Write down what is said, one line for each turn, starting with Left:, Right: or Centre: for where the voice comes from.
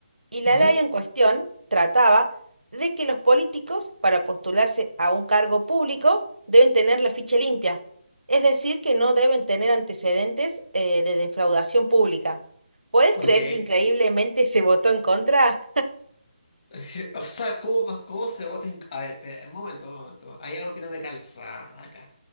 Right: y la
Left: Ujú,
Right: ley en cuestión trataba de que los políticos para postularse a un cargo público deben tener la ficha limpia, es decir, que no deben tener antecedentes eh, de defraudación pública. ¿Podés
Left: Ok.
Right: creer que increíblemente se votó en contra?
Left: <laughs> O sea, ¿cómo, va- cómo se vota en... A ver, espera, un momento, un momento. Hay algo que no me calza acá.